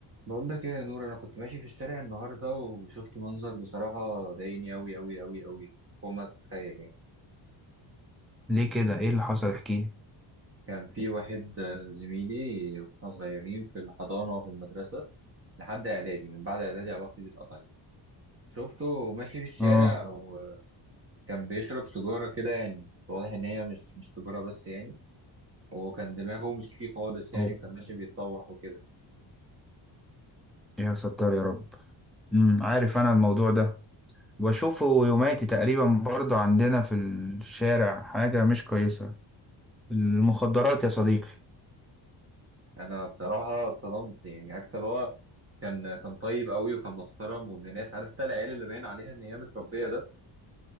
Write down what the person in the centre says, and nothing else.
ليه كده ايه اللي حصل احكيلي
اه
اوه
يا ستار يا رب امم عارف انا الموضوع ده بشوفه يوماتي تقريبا برضو عندنا في الشارع حاجة مش كويسة المخدرات يا صديقي